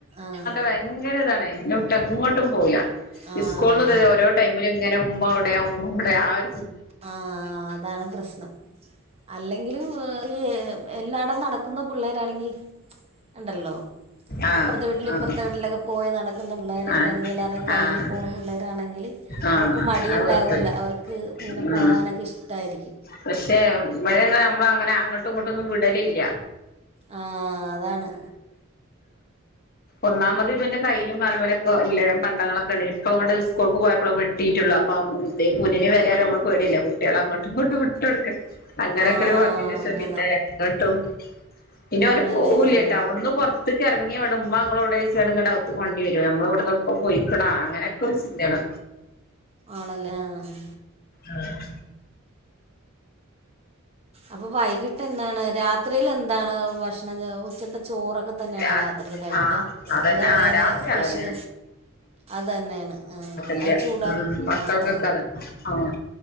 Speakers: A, on the right; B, on the left.
A: ആഹ്
B: ഭയങ്കരതാണ് എന്നട്ട് എങ്ങോട്ടും പോവില്ല
A: ആ
B: ഈ സ്കൂളന്ന്
A: അത്
B: ദേ ടൈമിൽ ഇങ്ങനെ ഉമ്മെവിടെ ഉമ്മ കൂടെ ആഹ്
A: ആഹ് അതാണ് പ്രശ്നം അല്ലെങ്കിലും ഈ എല്ലായിടം നടക്കുന്ന പിള്ളേരാണെങ്കി ഉണ്ടല്ലോ
B: ആഹ്
A: അപ്പുറത്തെ വീട്ടിൽ
B: ആഹ്
A: ഇപ്പുറത്തെ വീട്ടിലൊക്കെ പോയി നടക്കുന്ന പിള്ളേരൊക്കെ
B: ആഹ്
A: ആണെങ്കിൽ എല്ലാവരുടെയും കയ്യിൽ
B: ആഹ്
A: പോണ പിള്ളേരാണെങ്കിൽ
B: ആഹ്
A: അവർക്ക് മടിയുണ്ടാവില്ല
B: അത് കൊഴപ്പല്ല
A: അവർക്ക് ഇങ്ങനെ
B: ഉം
A: പോവാനൊക്കെ ഇഷ്ടമായിരിക്കും
B: പക്ഷെ ഇപ്പഴെ നമ്മള് അങ്ങനെ അങ്ങോട്ട് ഇങ്ങോട്ടൊന്നും വിടലില്ല
A: ആ അതാണ്
B: ഒന്നാമത് ഇവന്റെ കയ്യിമ്മലും കാലുമ്മലൊക്കെ ഇല്ലേ പണ്ടങ്ങളൊക്കെണ്ട് ഇപ്പ ഈ സ്കൂൾക്ക് പോയപ്പോ കിട്ടയിട്ടുള്ളു അപ്പം ഇതേ കുഞ്ഞിന്റെ വില നമ്മള് പേടിയല്ലേ കുട്ടികളെ അങ്ങോട്ടുംങ്ങോട്ട് വിട്ട് എടുക്ക അങ്ങനെയൊക്കെ
A: ആ
B: ഒരു പറഞ്ഞേന്റേഷം
A: അങ്ങനെ
B: പിന്നെ എങ്ങോട്ടും പിന്നെ അവന്
A: ആണല്ലേ
B: പോവില്ലിട്ടാ
A: ആ
B: ഒന്ന് കൊറ പുറത്തിക്ക് ഇറങ്ങി വിടുമ്പോൾ അങ്ങൾവിടെ വച്ച് വണ ഡൗട്ട് കൊണ്ട് വരും നമ്മൾ ഇവിടുന്ന് ഇപ്പോയിക്കണ അങ്ങനെ പ്രസിദ്ധിയാണ്
A: ആണല്ലേ ആഹ്
B: ആഹ്
A: അപ്പൊ വൈകിട്ട് എന്താണ് രാത്രീൽ എന്താണ് ഭക്ഷണം ഉച്ചത്തെ ചോറൊക്കെ തന്നെണോ
B: രാ
A: രാത്രീൽ കഴിക്ക
B: ആഹ് അതന്നെ
A: അതോ
B: ആ
A: വേറെ
B: രാത്രി
A: സ്പെഷ്യൽ
B: അതന്നെയാണ്
A: അതന്നേണ് ആഹ്
B: ഇല്ല
A: അത് ചൂടാ
B: ഉം മക്കൾക്കൊക്ക
A: ആഹ്
B: തന്നേ ആഹ്